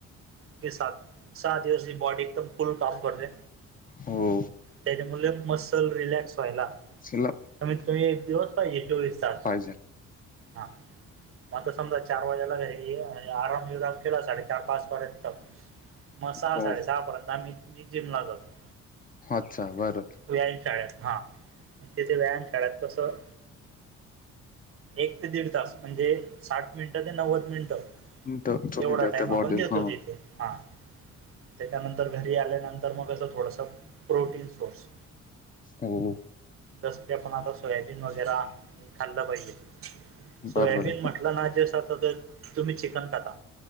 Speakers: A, on the right; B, on the left.
A: के सा सा हची बॉडी एकदम फुल काम करते.
B: हो.
A: त्याच्यामुळे मसल रिलॅक्स व्हायला.
B: शिल्लक
A: कमीत कमी एक दिवस पाहिजे चोवीस तास.
B: पाहिजे
A: हा म आता समजा चार वाजेला हे आराम विराम केला साडेचार पाच पर्यंत. मग सहा
B: हो
A: साडेसहा पर्यंत आम्ही मी जिमला जातो.
B: अच्छा बरं.
A: व्यायाम शाळेत हा तिथे व्यायाम शाळत कसं. एक ते दीड तास म्हणजे साठ मिनिटं ते नव्वद मिनिटं.
B: तर तुम्ही
A: एवढा
B: देता
A: टाइम आपण
B: बॉडीला
A: देतो
B: हा
A: इथे हा. त्याच्यानंतर घरी आल्यानंतर मग असं थोडासा प्रोटीन सोर्स.
B: हो हो.
A: दस्या पण आता सोयाबीन वगैरे हे खाल्लं पाहिजे सोयाबीन
B: बरोबर
A: म्हटलं ना तु्ही चिकन खाता